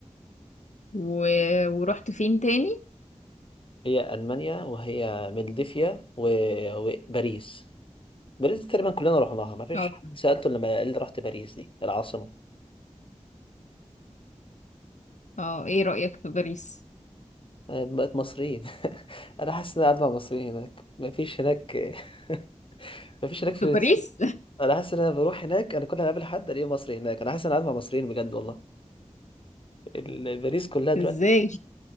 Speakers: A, on the left; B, on the left.
A: و... ورحت فين تاني
B: هي المانيا وهي ملدفيا و... وباريس باريس دي تقريبا كلنا رحناها ما فيش
A: اه
B: حد سالته لما قال لي رحت باريس دي العاصمه
A: اه ايه رأيك في باريس
B: طيب، بقت مصريين <laughs> انا حاسس ان انا قاعد مع مصريين هناك مفيش هناك <laughs> مفيش هناك فلسطين
A: في باريس
B: انا حاسس ان انا بروح هناك انا كل ما اقابل حد الاقيه مصري هناك انا حاسس ان انا قاعد مع مصريين بجد والله ال- باريس كلها دلوقتي
A: <laughs> ازاي